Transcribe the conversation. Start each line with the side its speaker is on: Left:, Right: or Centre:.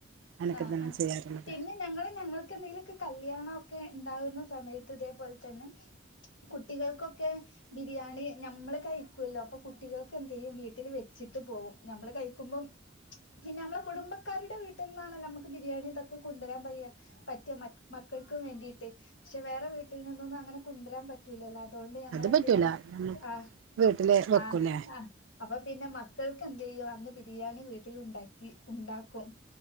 Right: അനൊക്കെ
Left: ആഹ്
Right: തന്നെ
Left: ആഹ്
Right: ചെയ്യാറുള്ളത്
Left: പിന്നെ ഞങ്ങള് ഞങ്ങൾക്കെന്തെങ്കിലുമൊക്കെ കല്യാണം ക്കെ ഉണ്ടാകുന്ന സമയത്ത് ഇതേപോലെ തന്നെ കുട്ടികൾക്കൊക്കെ ബിരിയാണി ഞമ്മള് കഴിക്കല്ലോ അപ്പൊ കുട്ടികൾക്ക് എന്ത് ചെയ്യും വീട്ടിൽ വെച്ചിട്ട് പോകും നമ്മള് കഴിക്കുമ്പം പിന്നെ നമ്മളെ കുടുംബക്കാരുടെ വീട്ടി വീട്ടിന്നാണെ നമുക്ക് ബിരിയാണി ഇതൊക്കെ കൊണ്ടുവരാൻ പറയാ പറ്റാ മക്കൾക്കും വേണ്ടിട്ട് പക്ഷെ വേറെ വീട്ടിൽ നിന്നൊന്നും അങ്ങനെ കൊണ്ടുരാൻ പറ്റൂലല്ലോ അതുകൊണ്ട് ഞങ്ങള്
Right: അത്
Left: എന്ത്
Right: പറ്റൂല
Left: ചെയ്യും
Right: നമുക്ക്
Left: ആഹ്
Right: വീട്ടില് വെക്കൂലേ
Left: ആഹ് ആഹ് അപ്പൊ പിന്നെ മ മക്കൾക്ക് എന്ത് ചെയ്യോ അന്ന് ബിരിയാണി വീട്ടിൽ ഉണ്ടാക്കി ഉണ്ടാക്കും